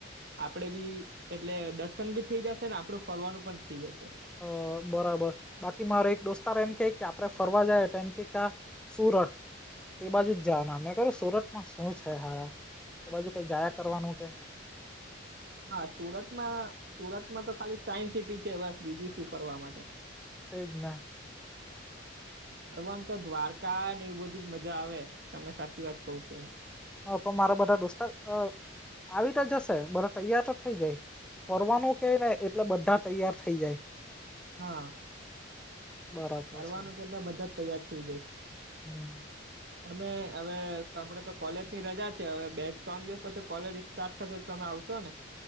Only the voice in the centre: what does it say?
હ બરાબર બાકી મારો એક દોસ્તાર એમ કે કે આપડે ફરવા જાય એમ કા સુરત તે બાજુ જ જવાના મેં કરૂ સુરતમાં શું છે હારા. એ બાજુ કઈ જાયા કરવાનું છે.
તે જ ને.
હ પણ મારા બધા દોસ્તાર અ આવી તો જશે બધા તૈયાર તો થઈ જાય ફરવાનું કે ને એટલે બધા તૈયાર થઇ જાય
બરાબર
છે
<unintelligible>